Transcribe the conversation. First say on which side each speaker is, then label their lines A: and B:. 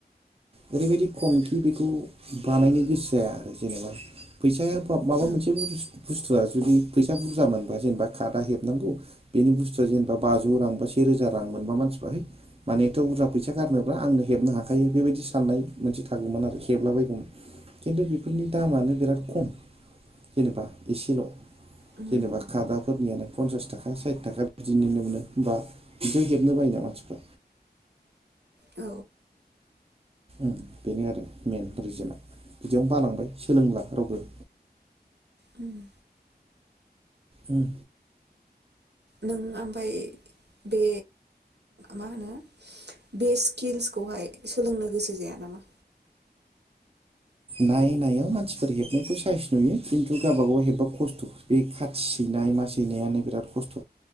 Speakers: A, on the right; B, on the right.
A: ओरैबायदि खमखि बेखौ बानायनो गोसो जाया आरो जेनेबा फैसाया मा-माबा
B: औ
A: मोनसे बस्थु बुस्थुआ जुदि फैसा बुरजा मोनबा जेनेबा कादा हेबनांगौ बेनि बुस्थुआ जेनेबा बाजौ रां बा सेेरोजा रां मोनबा मानसिफ्रा है माने थ' बुरजा फैसा गारनोब्रा आंनो हेबनो हाखायो बेबायदि साननाय मोनसे थागौमोन आरो, हेबलाबायगौमोन खिन्थु बेफोरनि दामानो बिराद खम जेनेबा एसेल'।
B: उम,
A: जेनेबा खादाफोरनियानो फनसास थाखा साइथ थाखा बिदिनिनो मोनो होमबा बिदियाव हेबनो बायोना मानसिफ्रा।
B: औ
A: ओम बेनो आरो मेेन रिजोना बिदियावनो बालांबाय सोलोंला रावबो।
B: उम।
A: ओम।
B: नों आम बे मा होनो? बे स्किलसखौहाय सोलोंनो गोसो जाया नामा?
A: नाय नायाव मानसिफोर हेबनायखौ साइस नुयो, खिन्थु गावबाागाव हेबबा खस्थ' बे खाथि सैनाय मा सैनायानो बिराद खस्थ'।